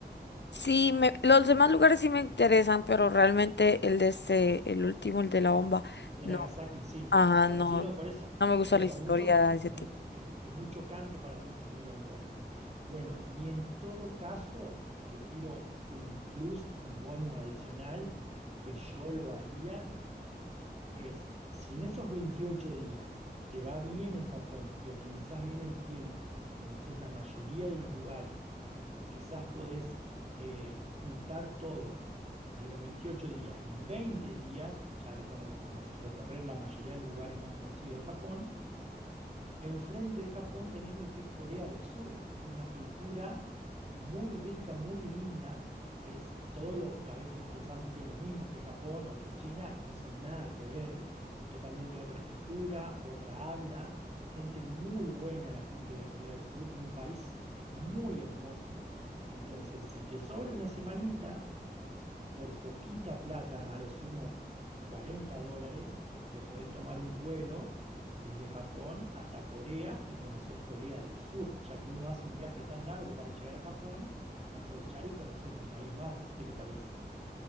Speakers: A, on the left (about 90°); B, on the right (about 40°).
A: Sí, me- los demás lugares sí me interesan, pero realmente el de este, el último, el de la bomba,
B: De
A: no,
B: Nagasaki, sí, no.
A: ajá,
B: Bueno,
A: no,
B: sí, no, por eso.
A: no me gusta
B: Por eso
A: la historia
B: a muchos
A: de ese
B: es
A: tipo.
B: muy, es, mu- es muy chocante para muchos ir a un lugar así. Bueno, y en todo caso, te tiro un plus, un bonus adicional, que yo lo haría es, si en esos 28 días te va bien en Japón y optimizás bien el tiempo y conoces la mayoría de los lugares y quizás podés eh, juntar todo de los 28 días en 20 días, ya recono- conoce- recorrer la mayoría de los lugares más conocidos de Japón, Enfrente de Japón tenés lo que es Corea del Sur, que es una cultura muy rica, muy linda. Es todo lo, a veces pensamos que es lo mismo que Japón o que China y no son nada que ver. Es totalmente otra escritura, otra habla, gente muy buena la gente de Corea del Sur y un país muy hermoso. Entonces, si te sobra una semanita, por poquita plata, a lo sumo 40 dólares, te podés tomar un vuelo desde Japón hasta Corea y conocer Corea del Sur, ya que uno hace un viaje tan largo para llegar a Japón, aprovechar y conocer un país más. ¿Qué te parece?